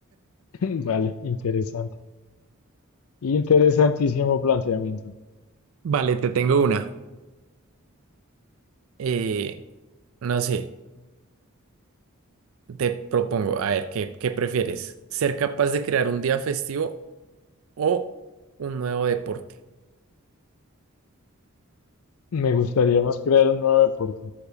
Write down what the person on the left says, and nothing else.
<laughs> Vale, interesante. Interesantísimo planteamiento.
Me gustaría más crear un nuevo deporte.